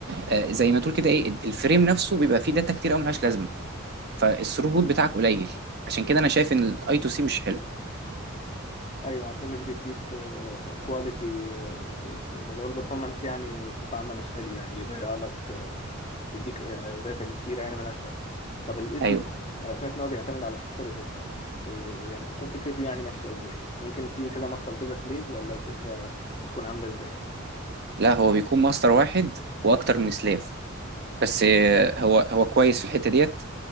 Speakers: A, on the right (about 55°); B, on the left (about 30°).
A: آه زي ما تقول كده إيه الفريم نفسه بيبقى فيه داتا كتير أوي ملهاش لازمة فالثروت بتاعك قليل عشان كده انا شايف ان الاي تو سي مش حلو
B: ايوه عشان مش بيديك كواليتي اللي هو البرفورمانس يعني بصفه عامه مش حلو يعني بيضيع لك آه، بيديك آه، داتا كتيره يعني ملهاش لازمه طب الاس
A: ايوه
B: بي اي انا سمعت ان هو بيعتمد على شيفت ريجستر يعني بتكون فكرته يعني ماشيه ازاي يمكن في كده ماستر وكده سليف ولا الفكره بتكون عامله ازاي
A: لا هو بيكون ماستر واحد واكتر من سلاف بس آه، هو هو كويس في الحته ديت